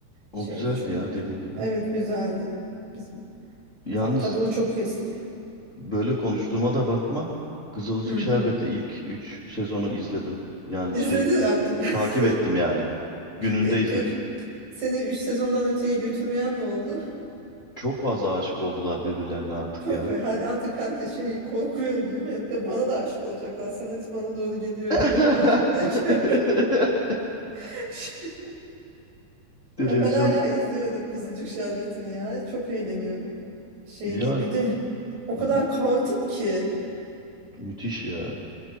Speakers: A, on the left (about 20°); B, on the right (about 70°).
A: O
B: Şeydi
A: güzeldi
B: çok
A: ya
B: önce.
A: dediğin gibi.
B: Evet güzeldi. Bizim
A: Yalnız
B: ta, tabii o çok eski.
A: böyle konuştuğuma da bakma. Kızılcık
B: Hı.
A: Şerbeti ilk 3 sezonu izledim. Yani
B: İzledin
A: şey bir de.
B: artık.
A: Takip
B: <laughs>
A: ettim yani. Gününde
B: E,
A: izledim.
B: Peki. Seni 3 sezondan öteye götürmeyen ne oldu?
A: Çok fazla aşık oldular birbirlerine artık
B: Çok
A: ya.
B: fe- her, artık herkes şey korkuyor değil mi? Ve Bana da aşık olacaklar. Senarist bana doğru geliyor
A: <laughs>
B: diye. Gerçekten ki. <laughs>
A: Televizyon
B: Ya ben hala izliyorum Kızılcık Şerbeti'ni ya. Çok eğleniyorum. Şey
A: ya
B: değil. Bir de o kadar
A: mü-
B: kaotik ki.
A: müthiş ya.